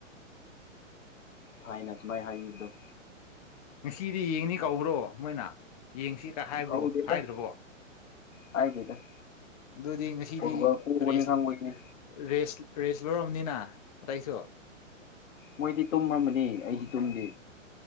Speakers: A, on the left; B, on the left.
A: ꯊꯥꯏꯅ ꯁꯨꯃꯥꯏꯅ ꯍꯥꯏꯅꯤꯕꯗꯣ
B: ꯉꯁꯤꯗꯤ ꯌꯦꯡꯅꯤ ꯀꯧꯕ꯭ꯔꯣ ꯃꯣꯏꯅ ꯌꯦꯡꯁꯤꯀ ꯍꯥꯏꯕ꯭ꯔꯣ
A: ꯀꯧꯗꯦꯗ
B: ꯍꯥꯏꯗꯔ꯭ꯕꯣ
A: ꯍꯥꯏꯗꯦꯗ
B: ꯑꯗꯨꯗꯤ ꯉꯁꯤꯗꯤ
A: ꯄꯣꯔꯇꯨꯒꯜ ꯄꯣꯕꯅꯤ
B: ꯔꯦꯁ
A: ꯈꯪꯕꯒꯤꯅꯤ
B: ꯔꯦꯁ ꯔꯦꯁ ꯂꯧꯔꯝꯅꯤꯅ ꯑꯇꯩꯁꯨ
A: ꯃꯣꯏꯗꯤ ꯇꯨꯝꯔꯝꯃꯅꯤ ꯑꯩꯗꯤ ꯇꯨꯝꯗꯦ